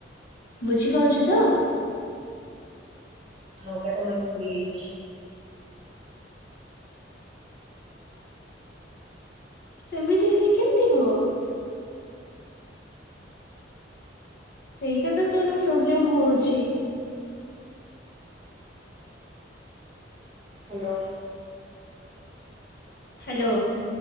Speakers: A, on the left; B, on the right.
A: ବୁଝିପାରୁଚୁ ତ?
B: ନୌକା ଟା ମାନେ ବୁଡ଼ିଯାଇଛି।
A: ସେମିତି ହେଲେ କେମିତି ହବ ସେଇଟା ତ ତୋର ପ୍ରୋବ୍ଲେମ ହଉଛି।
B: ହାଲୋ।
A: ହାଲୋ